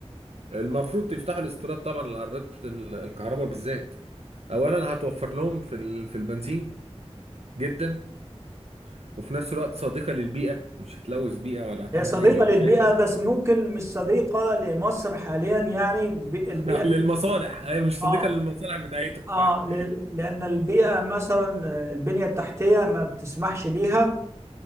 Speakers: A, on the right (about 70°); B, on the right (about 25°).
A: المفروض تفتحوا الاستيراد طبعا للعربيات ال- الكهرباء بالذات اولا هتوفر لهم في ال- في البنزين جدا وفي نفس الوقت صديقة للبيئة مش هتلوث بيئة ولا هتعمل
B: هي صديقة
A: أي مشاكل
B: للبيئة بس ممكن مش صديقة لمصر حاليا يعني بي-
A: <laughs>
B: البيئة
A: للمصالح هي مش
B: اه
A: صديقة للمصالح بتاعتهم
B: اه
A: فعلا
B: ل- لأن البيئة مثلا آه، البنية التحتية ما بتسمحش ليها